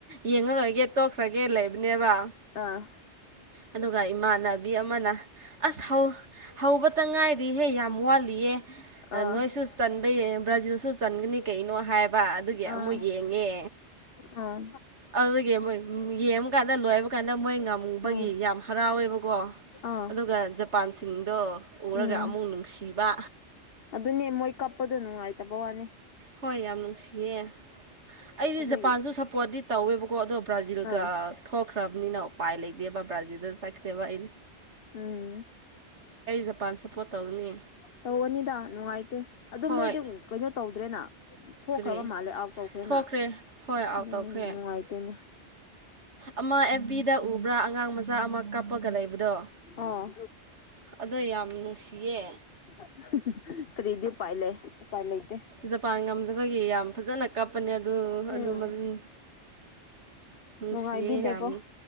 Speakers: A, on the right (about 85°); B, on the left (about 60°).
A: ꯌꯦꯡꯉꯔꯣꯏꯒꯦ ꯇꯣꯛꯈ꯭ꯔꯒꯦ ꯂꯩꯕꯅꯦꯕ
B: ꯑꯥ
A: ꯑꯗꯨꯒ ꯏꯃꯥꯅ ꯕꯤ ꯑꯃꯅ ꯑꯁ ꯍꯧꯕꯇ ꯉꯥꯏꯔꯤꯍꯦ ꯌꯥꯝ ꯋꯥꯠꯂꯤꯌꯦꯦ
B: ꯑꯥ
A: ꯅꯣꯏꯁꯨ ꯆꯟꯕ ꯕ꯭ꯔꯥꯖꯤꯜꯁꯨ ꯆꯟꯒꯅꯤ ꯀꯩꯅꯣ ꯍꯥꯏꯕ ꯑꯗꯨꯒꯤ
B: ꯑꯥ
A: ꯑꯃꯨꯛ ꯌꯦꯡꯉꯦ
B: ꯑꯥ
A: ꯑꯗꯨꯒꯤ ꯃ ꯌꯦꯡꯕꯀꯥꯟꯗ ꯂꯣꯏꯕ ꯀꯥꯟꯗ ꯃꯣꯏ ꯉꯝꯕꯒꯤ
B: ꯎꯝ
A: ꯌꯥꯝ ꯍꯔꯥꯎꯋꯦꯕꯀꯣ
B: ꯑꯥ
A: ꯑꯗꯨꯒ ꯖꯄꯥꯟꯁꯤꯡꯗꯣ ꯎꯔꯒ
B: ꯎꯝ
A: ꯑꯃꯨꯛ ꯅꯨꯡꯁꯤꯕ
B: ꯑꯗꯨꯅꯦ ꯃꯣꯏ ꯀꯞꯄꯗꯣ ꯅꯨꯡꯉꯥꯏꯇꯕ ꯋꯥꯅꯤ
A: ꯍꯣꯏ ꯌꯥꯝ ꯅꯨꯡꯁꯤꯌꯦ ꯑꯩꯗꯤ
B: ꯑꯗꯨꯒꯤ
A: ꯖꯄꯥꯟꯁꯨ ꯁꯞꯄꯣꯔꯠꯇꯗꯤ ꯇꯧꯋꯦꯕꯀꯣ ꯑꯗꯣ ꯕ꯭ꯔꯥꯖꯤꯜꯒ
B: ꯑꯥ
A: ꯊꯣꯛꯈ꯭ꯔꯕꯅꯤꯅ ꯎꯄꯥꯏ ꯂꯩꯇꯦꯕ <unintelligible> ꯁꯠꯈꯔꯦꯚ ꯑꯩꯗꯤ
B: ꯎꯝ
A: ꯖꯄꯥꯟ ꯁꯞꯄꯣꯔꯠ ꯇꯧꯒꯅꯤ
B: ꯇꯧꯒꯅꯤꯗ ꯅꯨꯡꯉꯥꯏꯇꯦ ꯑꯗꯨ
A: ꯍꯣꯏ
B: ꯃꯣꯏꯗꯤ ꯀꯩꯅꯣ ꯇꯧꯗ꯭ꯔꯦꯅ ꯊꯣꯛꯈ꯭ꯔꯕ
A: ꯀꯔꯤ
B: ꯃꯥꯜꯂꯦ ꯑꯥꯎꯠ ꯇꯧꯈ꯭ꯔꯦꯅ
A: ꯊꯣꯛꯈ꯭ꯔꯦ ꯍꯣꯏ ꯑꯥꯎꯠ
B: ꯑꯗꯨꯅꯤ
A: ꯇꯧꯈ꯭ꯔꯦ ꯑꯁ
B: ꯅꯨꯡꯉꯥꯏꯇꯦꯅꯦ
A: ꯑꯃ ꯑꯦꯐ ꯕꯤꯗ ꯎꯕ꯭ꯔꯥ ꯑꯉꯥꯡ ꯃꯆꯥ ꯑꯃ ꯀꯥꯞꯄꯒ ꯂꯩꯕꯗꯣ
B: ꯑꯥ
A: ꯑꯗꯣ ꯌꯥꯝ ꯅꯨꯡꯁꯤꯌꯦ
B: <unintelligible> ꯀꯔꯤꯗꯤ ꯎꯄꯥꯏ ꯂꯩ ꯎꯄꯥꯏ ꯂꯩꯇꯦ
A: ꯖꯄꯥꯟ ꯉꯝꯗꯕꯒꯤ ꯌꯥꯝ ꯐꯖꯅ ꯀꯞꯄꯅꯦ ꯑꯗꯨ
B: ꯎꯝ
A: ꯑꯗꯨ <unintelligible> ꯅꯨꯡꯁꯤꯌꯦ
B: ꯅꯨꯡꯉꯥꯏꯕꯤꯗꯦꯀꯣ
A: ꯌꯥꯝ